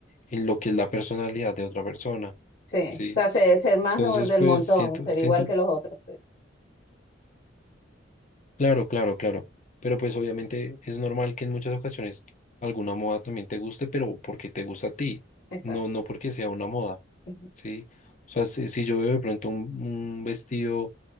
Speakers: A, on the left (about 40°); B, on the left (about 55°).
A: en lo que es la personalidad de otra persona,
B: Sí,
A: ¿sí?
B: o sea, se- ser, más
A: Entonces
B: de- del
A: pues
B: montón,
A: siento
B: ser
A: siento
B: igual que los otros, sí.
A: claro, claro, claro, pero pues obviamente es normal que en muchas ocasiones alguna moda también te guste, pero porque te gusta a ti,
B: Exacto.
A: no no porque sea una moda,
B: Ujú.
A: ¿sí? O sea, si, si yo veo de pronto un un vestido